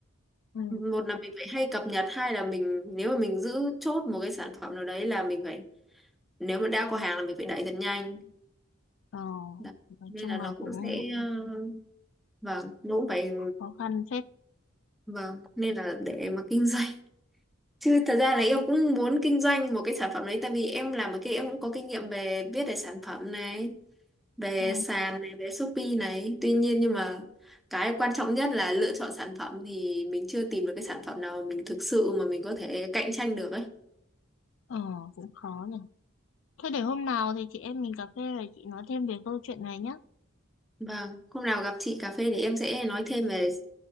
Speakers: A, on the left; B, in the centre.
A: ừ.
B: một là mình phải hay cập nhật hai là mình nếu mà mình giữ chốt một cái sản phẩm nào đấy là mình phải nếu mà đã có hàng là mình phải đẩy thật nhanh
A: ờ,
B: Đó.
A: nói
B: nên
A: chung
B: là nó
A: là cũng
B: cũng sẽ ờ, vâng nó cũng phải
A: khó khăn phết
B: vâng nên là để mà kinh <laughs> doanh Chứ thật ra là em cũng muốn kinh doanh một cái sản phẩm đấy tại vì em làm ở kia em cũng có kinh nghiệm về viết về sản phẩm này, về
A: Ừ.
B: sàn này, về Shopee này. Tuy nhiên nhưng mà cái quan trọng nhất là lựa chọn sản phẩm thì mình chưa tìm được cái sản phẩm nào mà mình thực sự mà mình có thể cạnh tranh được ấy.
A: ờ cũng khó nhỉ Thế để hôm nào thì chị em mình cà phê rồi chị nói thêm về câu chuyện này nhé.
B: Vâng, hôm nào gặp chị cà phê thì em sẽ nói thêm về